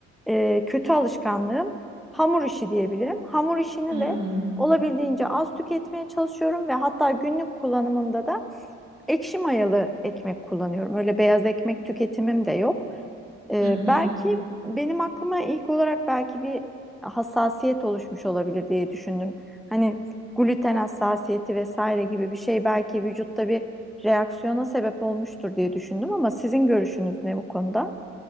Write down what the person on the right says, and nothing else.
Hmm.
Hı hı.